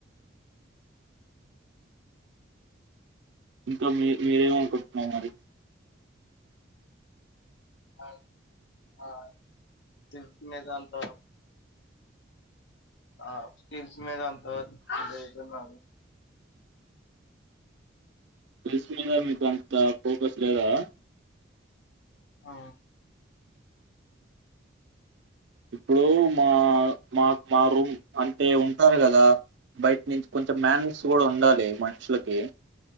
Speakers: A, on the right; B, on the left.
A: ఇంకా మీ మీరేమనుకుంటున్నారు మరి
B: ఆ ఆ స్టీల్స్ మీద అంత ఆ స్టీల్స్ మీద ఆ లేదు మా
A: స్కిల్స్ మీద మీకు అంత ఫోకస్ లేదా
B: ఆ
A: ఇప్పుడు మా మాకు మా రూమ్ అంటే ఉంటారు కదా బయట నుంచి కొంచెం మ్యానర్స్ కూడా ఉండాలి మనుషులకే